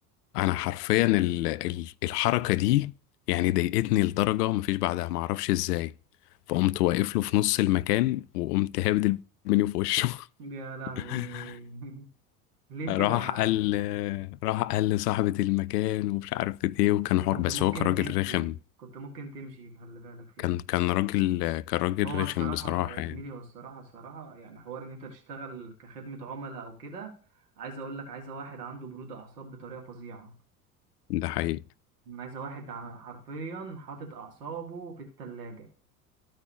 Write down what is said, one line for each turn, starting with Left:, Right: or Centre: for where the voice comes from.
Left: انا حرفيا ال- ال- الحركه دي يعني ضايقتني لدرجه مفيش بعدها معرفش ازاي فقمت واقف له في نص المكان وقمت هابد المنيو في وشه
Right: يا لهوي
Left: <laughs>
Right: <laughs> ليه
Left: راح
Right: كده يا عم
Left: قال راح قال لصاحبة المكان ومش عارف ايه وكان
Right: وكنت
Left: حوار بس
Right: ممكن
Left: هو كان راجل
Right: تمشي
Left: رخم
Right: كنت ممكن تمشي خلي بالك فيها
Left: كان كان راجل كان راجل
Right: هو
Left: رخم
Right: الصراحة
Left: بصراحة
Right: يا زميلي
Left: يعني
Right: هو الصراحة الصراحة يعني حوار إن أنت تشتغل كخدمة عملاء أو كده عايز أقول لك عايزة واحد عنده برود أعصاب بطريقة فظيعة
Left: ده حقيقي
Right: عايزة واحد ع- حرفيا حاطط أعصابه في التلاجة